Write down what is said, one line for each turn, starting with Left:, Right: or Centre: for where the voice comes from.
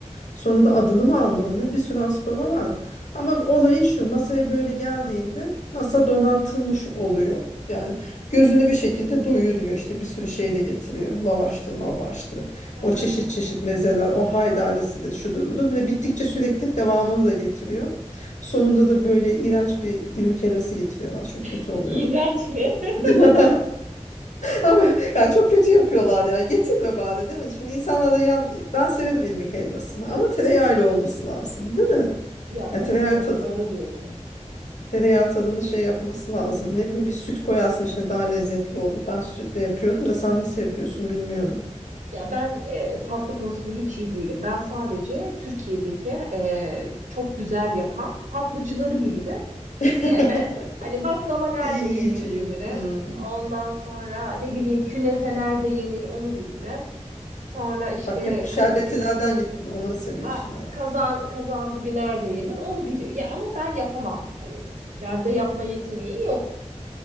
Left: Sonra da adını mı almadı ne? Bir sürü Aspava var. Ama olayı şu masaya böyle geldiğinde masa donatılmış oluyor. Yani gözünü bir şekilde doyuruyor işte bir sürü şey de getiriyor. Lavaştır, mavaştır.
Right: Ha.
Left: O çeşit çeşit mezeler, o haydarisidir, şudur budur. Bir de bittikçe sürekli devamını da getiriyor. Sonunda da böyle iğrenç bir irmik helvası getiriyorlar. Çok kötü
Right: <laughs>
Left: oluyor.
Right: İğrenç mi? <laughs>
Left: <laughs> Ama ya çok kötü yapıyorlar ya. Getirme bari değil mi? Şimdi insanlar da yan... Ben severim irmik helvasını ama tereyağıyla olması lazım değil mi?
Right: Ya
Left: Ya
Right: tabii
Left: tereyağı
Right: tabii
Left: tadın
Right: doğru diyorsun.
Left: tereyağı tadını şey yapması lazım. Ne bileyim bir süt koyarsın içine daha lezzetli olur. Ben sütle yapıyordum da sen nasıl yapıyorsun bilmiyorum.
Right: Ya ben e, tatlı konusunda hiç iyi değilim. Ben sadece Türkiye'deki e, çok güzel yapan tatlıcıları bilirim.
Left: <laughs>
Right: E, me- hani baklava nerede
Left: İyi
Right: yenir
Left: yiyeceğim.
Right: bilirim.
Left: Hmm.
Right: Ondan sonra ne bileyim künefe nerede yenir onu bilirim. Sonra işte
Left: Bak hep şerbetlilerden
Right: ka-
Left: gittin. Onları seviyorsun
Right: a-
Left: herhalde.
Right: kazan kazan dibi nerede yenir onu bilir. Ya ama ben yapamam. Hani bende yapma yeteneği yok.